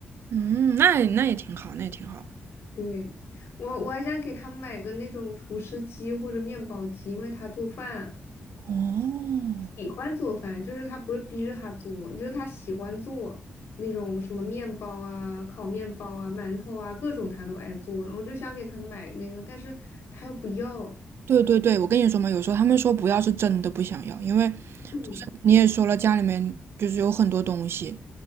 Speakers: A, on the right (about 70°); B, on the left (about 70°).
A: 嗯，那也那也挺好，那也挺好。
B: 对，我我还想给他买个那种厨师机或者面包机，因为他做饭
A: 哦，
B: 喜欢做饭，就是他不是逼着他做，就是他喜欢做那种什么面包啊、烤面包啊、馒头啊，各种他都爱做。我就想给他买那个，但是他又不要。
A: 对对对，我跟你说嘛，有时候他们说不要是真的不想要，因为
B: 嗯，
A: 你也说了家里面就是有很多东西，